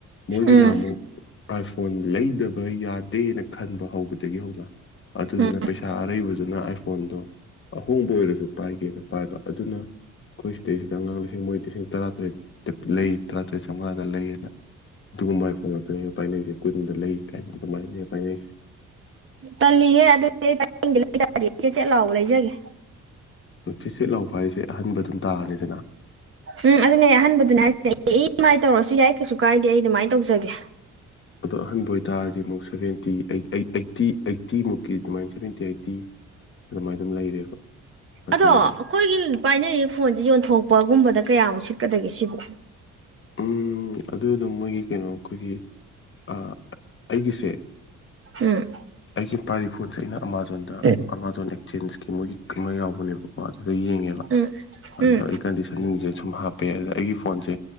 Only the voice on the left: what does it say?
ꯃꯣꯏꯒꯤꯅ
ꯑꯃꯨꯛ ꯑꯥꯏ ꯐꯣꯟ ꯂꯩꯗꯕ ꯌꯥꯗꯦꯅ ꯈꯟꯕ ꯍꯧꯕꯗꯒꯤ ꯍꯧꯅ ꯑꯗꯨꯗꯨꯅ
ꯄꯩꯁꯥ ꯑꯔꯩꯕꯗꯨꯅ ꯑꯥꯏ ꯐꯣꯟꯗꯣ ꯑꯍꯣꯡꯕ ꯑꯣꯏꯔꯁꯨ ꯄꯥꯏꯒꯦꯅ ꯄꯥꯏꯕ ꯑꯗꯨꯅ ꯑꯩꯈꯣꯏ ꯁꯤꯗꯩꯁꯤꯗ ꯑꯉꯥꯡ ꯃꯣꯏ ꯂꯤꯁꯤꯡ ꯇꯔꯥꯇꯔꯦꯠꯇ ꯂꯩ ꯇꯔꯥꯇꯔꯦꯠ ꯆꯥꯝꯃꯉꯥꯗ ꯂꯩꯌꯦꯅ ꯑꯗꯨꯒꯨꯝꯕ ꯑꯥꯏꯐꯣꯉꯥꯛꯇꯅꯦ ꯄꯥꯏꯅꯩꯁꯦ ꯀꯨꯏꯅꯨꯡꯗ ꯂꯩ ꯀꯥꯏꯅ ꯑꯗꯨꯃꯥꯏꯅꯅꯦ ꯄꯥꯏꯅꯩꯁꯦ
ꯆꯦꯠꯆꯦꯠ ꯂꯥꯎꯕ ꯍꯥꯏꯁꯦ ꯑꯍꯟꯕ ꯑꯗꯨꯝ ꯇꯥꯔꯅꯤꯗꯅ
ꯑꯗꯣ ꯑꯍꯟꯕ ꯑꯣꯏꯇꯥꯔꯗꯤ ꯑꯃꯨꯛ ꯁꯕꯦꯟꯇꯤ ꯑꯩ ꯑꯩ ꯑꯩꯠꯇꯤ ꯑꯩꯠꯇꯤꯃꯨꯛꯀꯤ ꯑꯗꯨꯃꯥꯏꯅ ꯁꯚꯦꯟꯇꯤ ꯑꯩꯠꯇꯤ ꯑꯗꯨꯃꯥꯏ ꯑꯗꯨꯝ ꯂꯩꯔꯦꯕ ꯑꯗꯨꯅꯤꯗ
ꯎꯝ ꯑꯗꯨ ꯑꯗꯨꯝ ꯃꯣꯏꯒꯤ ꯀꯩꯅꯣ ꯑꯩꯈꯣꯏꯒꯤ ꯑ ꯑꯩꯒꯤꯁꯦ
ꯑꯩꯒꯤ ꯄꯥꯥꯏꯔꯤ ꯐꯣꯟꯁꯦ ꯑꯩꯅ ꯑꯃꯥꯖꯣꯟꯗ
ꯑꯃꯥꯖꯣꯟ ꯑꯦꯛꯆꯦꯟꯁꯀꯤ ꯃꯣꯏꯒꯤ ꯑꯃ ꯌꯥꯎꯕꯅꯦꯕ ꯀꯣ ꯑꯗꯨꯗ ꯌꯦꯡꯉꯦꯕ
ꯑꯗꯨꯗ
ꯑꯩ ꯀꯟꯗꯤꯁꯟꯁꯤꯡꯁꯦ ꯁꯨꯝ ꯍꯥꯞꯄꯦ ꯑꯗꯨꯗ ꯑꯩꯒꯤ ꯐꯣꯟꯁꯦ